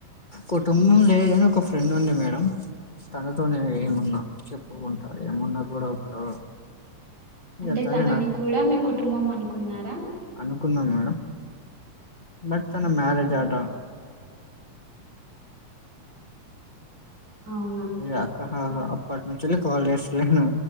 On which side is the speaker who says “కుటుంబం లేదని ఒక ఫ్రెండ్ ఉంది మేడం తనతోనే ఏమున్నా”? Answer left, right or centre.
Left